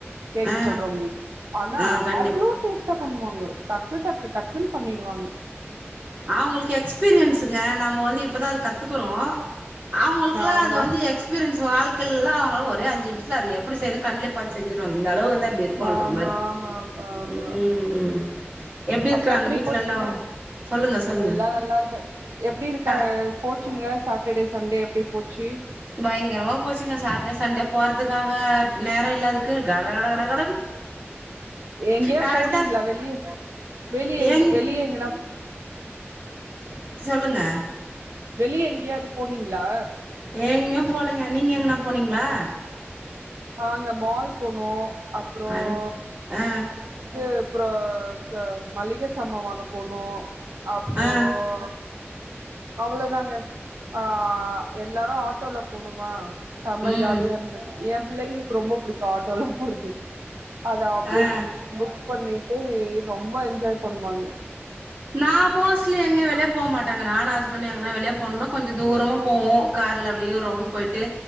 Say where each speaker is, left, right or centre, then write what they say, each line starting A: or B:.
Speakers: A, on the right (about 85°); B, on the right (about 40°).
A: கேட்டு
B: ஆ
A: சொல்றேன் உங்களுக்கு ஆனா
B: ஆ கண்டிப்
A: அவ்ளோ டேஸ்ட் பண்ணுவாங்க டக்கு டக்கு டக்குன்னு பண்ணிடுவாங்க
B: அவங்களுக்கு எக்ஸ்பீரியன்ஸுங்க நம்ம வந்து இப்பதான் அது கத்துக்குறோம் அவங்களுக்குல்லாம்
A: ஆமா
B: அது வந்து எக்ஸ்பீரியன்ஸ் வாழ் ல்லாம் அவங்கள ஒரே அஞ்சுநிமித்துல அத எப்டி செய்யுறதுணு கண்லே பாத்து செஞ்சுருவாங்க அளவு வந்து அப்டி இருக்குன்ற
A: ஆமா
B: மாரி
A: ஆமா ஆமா ஆமா
B: ம் எப்டி இருக்குறாங்க
A: அப்ப அப்படி
B: வீட்லல்லா
A: போச்சுங்க
B: சொல்லுங்க சொல்லுங்க
A: எல்லாம் நல்லா இருக்கோம் எப்படி இருக்காம்
B: க
A: கோச்சிங்கலாம் சாட்டர்டே சண்டே போச்சு
B: பயங்கரமா போச்சுங்க சாட்டர்டே சண்டே போறதுக்காக நேரம் இல்லாதுக்கு கட கட கடக
A: எங்கே
B: கரெக்டா
A: போனீங்களா வெளிய வெளியேங்க
B: ஏங்
A: வெளியேங்கன்னா
B: சொல்லுங்க
A: வெளிய எங்கேயாது போனீங்களா
B: எங்கயும் போலங்க நீங்க எங்கனா போனீங்களா
A: ஆங்க மால் போனோம் அப்புறம்
B: ஆறு ஆ
A: இது அப்புறம் மளிக சாமா வாங்க போனோ அப்புறம்
B: ஆ
A: அவ்வளோதாங்க ஆஹ் எல்லாரும் ஆட்டோல போணுமா செம
B: ம்
A: ஜாலியா என் பிள்ளைங்களுக்கு ரொம்ப புடிக்கும் ஆட்டோலா போறது அதான் புக்
B: ஆ
A: புக் பண்ணிட்டு ரொம்ப என்ஜாய் பண்ணுவாங்க
B: நான் மோஸ்லி எங்கயு வெளியே போக மாட்டாங்க நான் ஹஸ்பண்ட் எங்கனா வெளிய போனுனா கொஞ்சம் தூரமா போவோம் கார்ல அப்படியே ஒரு ரவுண்ட போயிட்டு